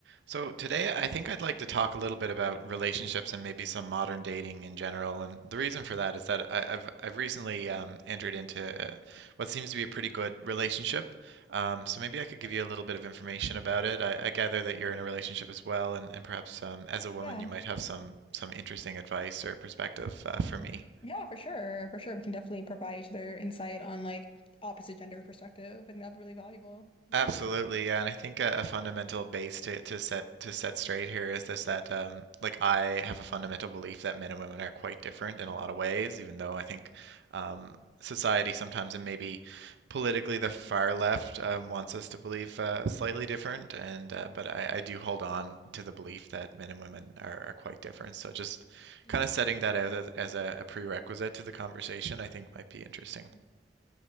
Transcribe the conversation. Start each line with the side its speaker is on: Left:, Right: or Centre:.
Right: So today, I think I'd like to talk a little bit about relationships and maybe some modern dating in general. And the reason for that is that I, I've I've recently um, entered into uh, what seems to be a pretty good relationship. Um, so maybe I could
Left: Sure.
Right: give you a little bit of information about it. I, I gather that you're in a relationship as well, and, and perhaps um, as a woman,
Left: Yeah,
Right: you might have some some interesting advice or perspective uh, for me.
Left: yeah, for sure, for sure. We can definitely provide each other insight on like opposite gender perspective, and that'd be really valuable. Yeah.
Right: Absolutely, yeah, and I think a, a fundamental base to, to set to set straight here is this that um, like I have a fundamental belief that men and women are quite different in a lot of ways, even though I think um, society sometimes and maybe politically the far left um, wants us to believe uh, slightly different, and uh, but I,
Left: Mm-hmm.
Right: I do hold on to the belief that men and women are, are quite different. So just
Left: Mm-hmm.
Right: kind of setting that out as, as a, a prerequisite to the conversation, I think might be interesting.
Left: Yeah.